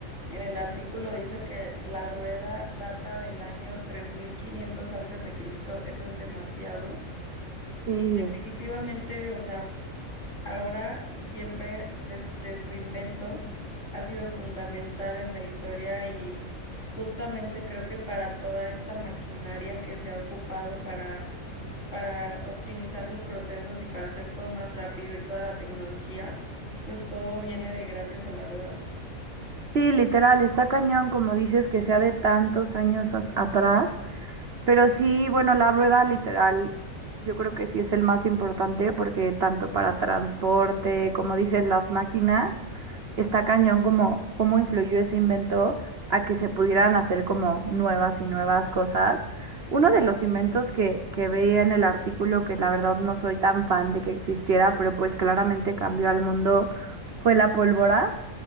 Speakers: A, on the left; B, on the right.
A: en el artículo dice que la rueda data del año 3500 antes de Cristo, eso es demasiado.
B: Sí.
A: Y definitivamente, o sea, ahora y siempre desde su invento ha sido fundamental en la historia y justamente creo que para toda esta maquinaria que se ha ocupado para, para optimizar los procesos y para hacer todo más rápido y toda la tecnología, pues todo viene de gracias a la rueda.
B: Sí, literal, está cañón, como dices, que sea de tantos años as- atrás. Pero sí, bueno, la rueda literal, yo creo que sí es el más importante porque tanto para transporte, como dices, las máquinas, está cañón como cómo influyó ese invento a que se pudieran hacer como nuevas y nuevas cosas. Uno de los inventos que, que veía en el artículo, que la verdad no soy tan fan de que existiera, pero pues claramente cambió al mundo, fue la pólvora